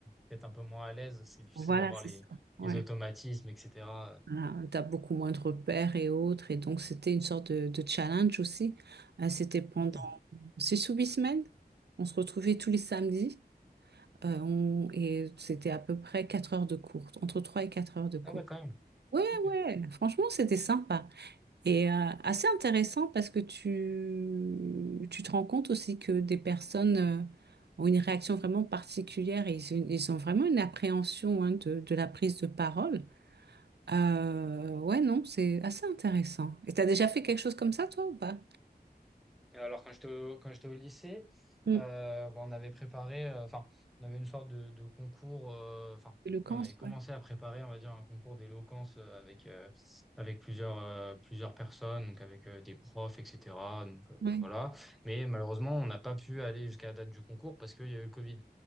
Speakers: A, in the centre; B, on the right.
A: peut-être un peu moins à l'aise, c'est difficile
B: Voilà,
A: d'avoir
B: c'est
A: les,
B: ça. Ouais.
A: les automatismes, etc.
B: Voilà, t'as beaucoup moins de repères et autres. Et donc, c'était une sorte de, de challenge aussi. Euh, c'était pendant
A: Ok.
B: six ou huit semaines. On se retrouvait tous les samedis. Euh, on- et c'était à peu près quatre heures de cours, entre trois et quatre heures de cours.
A: Ah ouais, quand même.
B: Ouais,
A: Ok.
B: ouais, franchement, c'était sympa. Et euh, assez intéressant parce que tu, tu te rends compte aussi que des personnes euh, ont une réaction vraiment particulière et ils, ils ont vraiment une appréhension hein, de de la prise de parole. Euh, ouais, non, c'est assez intéressant. Et t'as déjà fait quelque chose comme ça, toi, ou pas?
A: Et Alors, quand j'étais au, quand j'étais au lycée,
B: Mm.
A: euh, bon, on avait préparé, euh, enfin, on avait une sorte de, de concours, euh, enfin,
B: Le cancer,
A: on avait commencé
B: ouais.
A: à préparer, on va dire, un concours d'éloquence euh, avec, euh, avec plusieurs, euh, plusieurs personnes, donc avec euh, des profs, etc. Donc, euh,
B: Ouais.
A: voilà. Mais malheureusement, on n'a pas pu aller jusqu'à la date du concours parce qu'il y a eu le Covid.